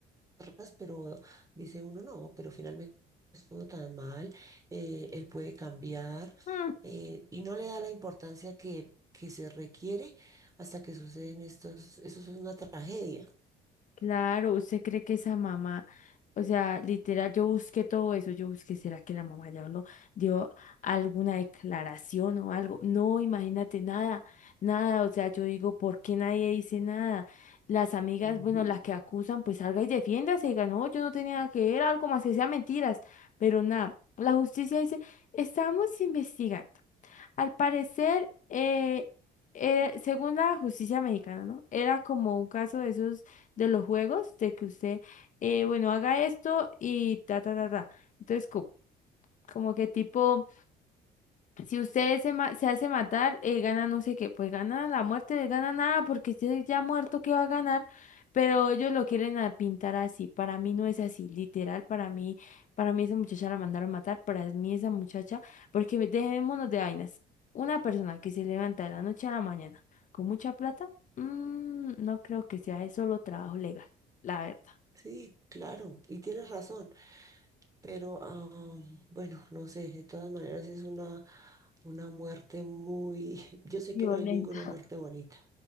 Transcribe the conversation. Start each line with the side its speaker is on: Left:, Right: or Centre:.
Right: raras, pero dice uno no, pero finalmente no estuvo tan mal, eh, él puede cambiar
Left: <laughs>
Right: eh, y no le da la importancia que, que se requiere hasta que suceden estos, eso es una tragedia.
Left: Claro, usted cree que esa mamá, o sea, literal, yo busqué todo eso, yo busqué, ¿será que la mamá ya habló, dio alguna declaración o algo? No, imagínate, nada, nada, o sea, yo digo, ¿por qué nadie dice nada? Las amigas,
Right: Ujú.
Left: bueno, las que acusan, pues salga y defiéndase, diga, no, yo no tenía nada que ver, algo más que sea mentiras, pero nada, la justicia dice, estamos investigando. Al parecer, eh, eh, según la justicia mexicana, ¿no? Era como un caso de esos de los juegos, de que usted, eh, bueno, haga esto y ta, ta, ta, ta. Entonces, co- como que tipo... Si usted se, ma- se hace matar, eh, gana no sé qué, pues gana la muerte, gana nada, porque usted ya muerto, ¿qué va a ganar? Pero ellos lo quieren a pintar así. Para mí no es así, literal, para mí, para mí esa muchacha la mandaron matar, para mí esa muchacha, porque me- dejémonos de vainas. Una persona que se levanta de la noche a la mañana con mucha plata, mm, no creo que sea de solo trabajo legal, la verdad.
Right: Sí, claro, y tienes razón. Pero ah, bueno, no sé, de todas maneras es una, una muerte muy, <laughs> yo sé
Left: Violenta.
Right: que no hay ninguna muerte bonita,